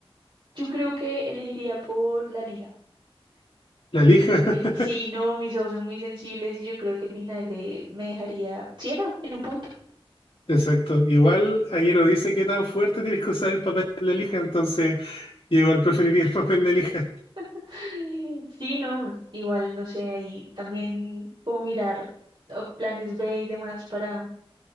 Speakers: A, on the right; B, on the left.
A: Yo creo que elegiría por la lija.
B: La lija. <laughs>
A: Sí, no, mis ojos son muy sensibles y yo creo que el vinagre me dejaría ciega en un punto.
B: Exacto. Igual aquí no dice qué tan fuerte tienes que usar el papel de lija, entonces yo igual preferiría el papel de lija.
A: <laughs> Sí, no, igual no sé, ahí también puedo mirar oh, planes B y demás para